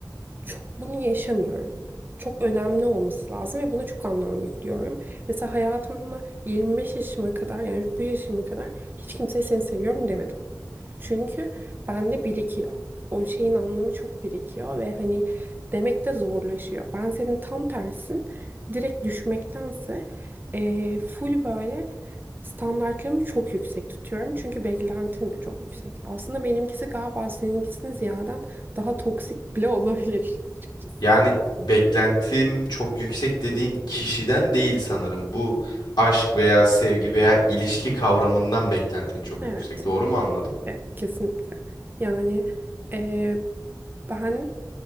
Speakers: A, on the right (about 30°); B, on the left (about 80°).
A: çok bunu yaşamıyorum. Çok önemli olması lazım ve buna çok anlam yüklüyorum. Mesela hayatımda 25 yaşıma kadar yani bu yaşıma kadar hiç kimseye seni seviyorum demedim. Çünkü bende birikiyor. O şeyin anlamı çok birikiyor ve hani demek de zorlaşıyor. Ben senin tam tersin. Direkt düşmektense eee, full böyle standartlarımı çok yüksek tutuyorum. Çünkü beklentim de çok yüksek. Aslında benimkisi galiba seninkisine ziyaden daha toksik bile <laughs> olabilir açıkçası.
B: Yani beklentim çok yüksek dediğin kişiden değil sanırım. Bu aşk veya sevgi veya ilişki kavramından beklentin çok
A: Evet,
B: yüksek. Doğru mu anladım?
A: evet kesinlikle. Yani eee, ben